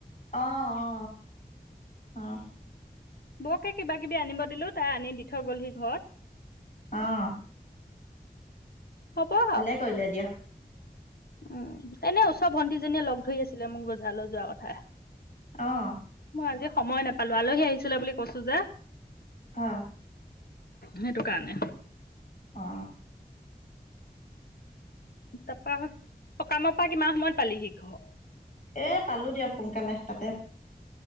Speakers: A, on the left; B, on the left.
A: অ অ অহ
B: বৌকে কিবা কিবি আনিব দিলো তাই আনি দি থৈ গ'লহি ঘৰত।
A: অঁ
B: হ'ব আৰু
A: ভালে কৰিলে দিয়া।
B: উম এনে ওচৰ ভন্টিজনীয়ে লগ ধৰি আছিলে মোৰ বজাৰলৈ যোৱা কথা।
A: আহ
B: মই আজি সময় নাপালো আলহী আহিছিলে বুলি কৈছো যে।
A: হ
B: সেইটো কাৰণে।
A: অ
B: তাৰপৰা হকামৰ পৰা কিমান সময়ত পালি সি ঘৰ।
A: এ পালো দিয়ক সোনকালে তাত।
B: <unintelligible> <inaudible>